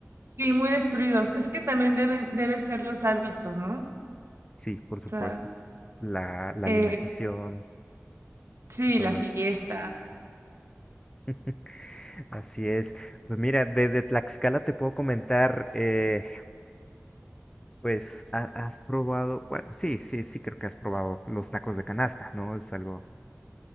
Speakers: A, on the right; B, on the left.
A: sí, muy destruidos. Es que también deben, deben ser los hábitos, ¿no? O
B: Sí, por supuesto.
A: sea,
B: La, la
A: Eh,
B: alimentación,
A: sí,
B: y todo
A: la fiesta.
B: eso. <laughs> Así es. Pues mira, desde Tlaxcala te puedo comentar, eh, pues ha- has probado, bueno, sí, sí, sí creo que has probado los tacos de canasta, ¿no? Es algo,